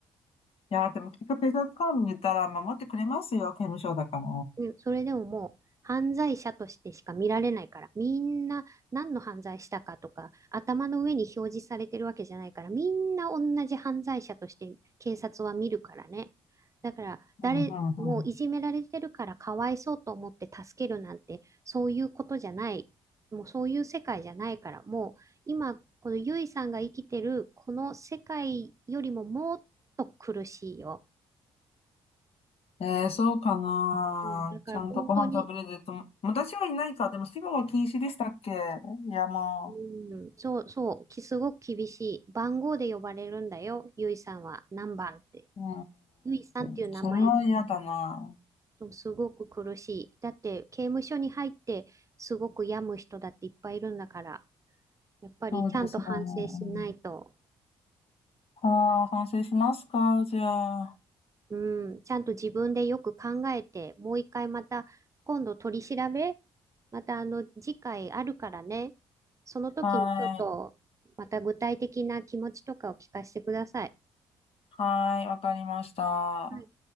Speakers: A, on the left; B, on the right.
A: や、でもきっと警察官見たら守ってくれますよ、刑務所だから。
B: ねそれでももう犯罪者としてしか見られないから、みんな何の犯罪したかとか、頭の上に表示されてるわけじゃないから、みんな同じ犯罪者として警察は見るからね。だから、誰、
A: うん、うん、
B: もういじめられてるからかわいそうと思って助けるなんて、
A: うん。
B: そういうことじゃない。もうそういう世界じゃないから、もう今、このゆいさんが生きてるこの世界よりももっと苦しいよ。
A: えー、そうかな。
B: うん、だから本当に
A: ちゃんとご飯食べれると。私はいないか。でも死後は禁止でしたっけいや、も
B: うん、そうそう、きすごく厳しい。番号で呼ばれるんだよ、ゆいさんは何番って。
A: う。う
B: ゆいさんっていう名前
A: ん。それは嫌だな。
B: すごく苦しい。だって刑務所に入ってすごく病む人だっていっぱいいるんだから、やっぱりちゃんと反省しないと、
A: そうですよね。はあ、反省しますか、じゃあ。
B: うん、ちゃんと自分でよく考えて、もう一回また今度取り調べ、またあの次回あるからね、その時にちょっとまた具体的な気持ちとかを聞かせてください。
A: はい。はい、わかりました。
B: はい